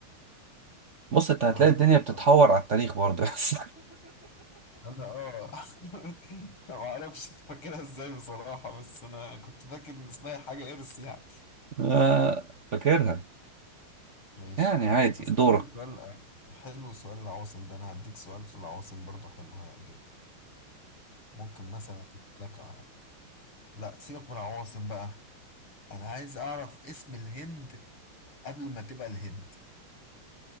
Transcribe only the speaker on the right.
بص انت هتلاقي
الدنيا بتتحور على التاريخ برضه <laughs> بس
آه، فاكرها
يعني
عادي
دورك